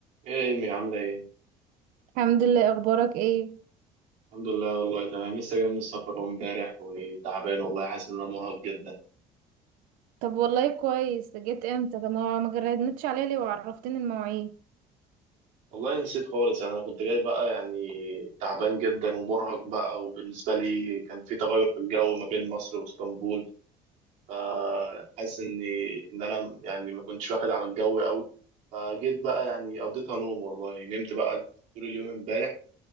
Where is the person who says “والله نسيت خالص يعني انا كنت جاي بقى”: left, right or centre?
Right